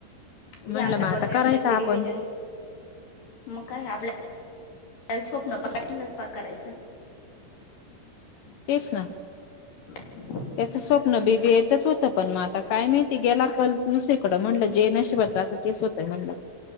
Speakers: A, on the left; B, on the left.
A: म्हणलं
B: जे आतापर्यंतचे
A: मग आता करायच आपण
B: रिव्हजन, मग काय आपल्या स्वप्न <unintelligible> करायचं.
A: तेच ना.
B: <inaudible>
A: त्याचं स्वप्न बीबीएचच होतं, पण मग आता काय माहिती गेला कल दुसरीकडं म्हणलं जे नशिबात राहता तेच होतंय म्हंटल.